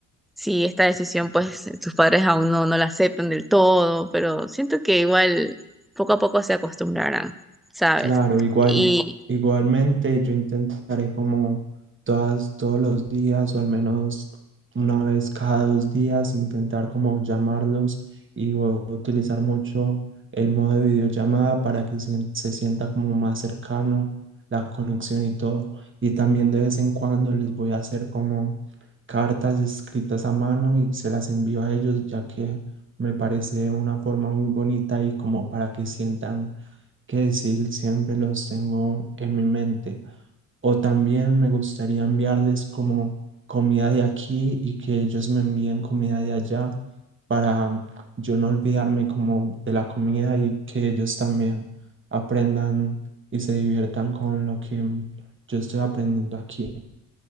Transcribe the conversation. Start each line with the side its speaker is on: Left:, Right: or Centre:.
Centre: Sí, esta decisión, pues tus padres aún no, no la aceptan del todo, pero siento que igual poco a poco se acostumbrarán, ¿sabes?
Right: Claro, igual,
Centre: Y
Right: igualmente yo intentaré como todas, todos los días o al menos una vez cada dos días intentar como llamarlos y voy a utilizar mucho el modo de videollamada para que sien- se sienta como más cercano la conexión y todo. Y también de vez en cuando les voy a hacer como cartas escritas a mano y se las envío a ellos ya que me parece una forma muy bonita y como para que sientan que decir, siempre los tengo en mi mente. O también me gustaría enviarles como comida de aquí y que ellos me envíen comida de allá para mm, yo no olvidarme como de la comida y que ellos también aprendan y se diviertan con lo que mm, yo estoy aprendiendo aquí.